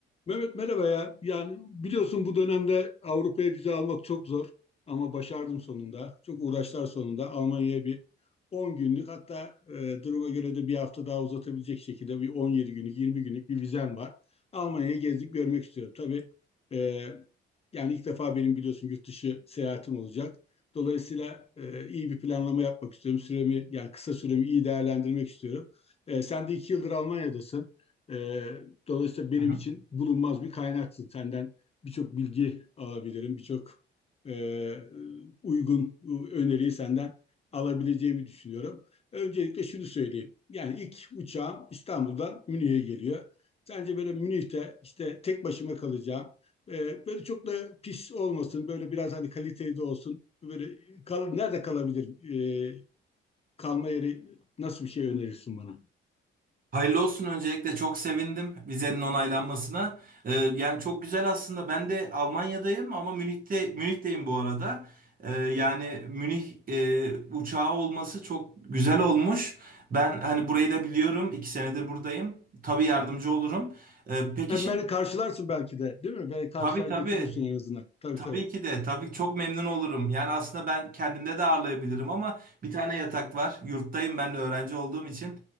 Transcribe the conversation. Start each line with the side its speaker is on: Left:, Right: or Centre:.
Left: Mehmet merhaba ya. Yani biliyorsun bu dönemde Avrupa'ya vize almak çok zor ama başardım sonunda. Çok uğraşlar sonunda Almanya'ya bir 10 günlük hatta e, duruma göre de bir hafta daha uzatabilecek şekilde bir 17 günlük 20 günlük bir vizem var. Almanya'yı gezip görmek istiyorum. Tabii e, yani ilk defa benim biliyorsun yurt dışı seyahatim olacak. Dolayısıyla e, iyi bir planlama yapmak istiyorum. Süremi yani kısa süremi iyi değerlendirmek istiyorum. E, sen de iki yıldır Almanya'dasın. E, dolayısıyla benim
Right: Hı hı.
Left: için bulunmaz bir kaynaksın. Senden birçok bilgi alabilirim, birçok e, uygun e, öneriyi senden alabileceğimi düşünüyorum. Öncelikle şunu söyleyeyim. Yani ilk uçağım İstanbul'dan Münih'e geliyor. Sence böyle Münih'te işte tek başıma kalacağım. Ee, böyle çok da pis olmasın. Böyle biraz hani kaliteli de olsun. Böyle kal nerede kalabilirim? Ee, kalma yeri nasıl bir şey önerirsin bana?
Right: Hayırlı olsun öncelikle çok sevindim vizenin onaylanmasına. Ee, yani çok güzel aslında. Ben de Almanya'dayım ama Münih'te Münih'teyim bu arada. Ee, yani Münih e, uçağı olması çok güzel olmuş. Ben hani burayı da biliyorum. iki senedir buradayım. Tabii yardımcı olurum. Ee, peki
Left: Hem
Right: şey
Left: beni karşılarsın belki de, değil mi? Beni karşılar
Right: tabii tabii
Left: götürürsün en azından. Tabii
Right: Tabii
Left: tabii.
Right: ki de tabii ki çok memnun olurum. Yani aslında ben kendimde de ağırlayabilirim ama bir tane yatak var. Yurttayım ben de öğrenci olduğum için.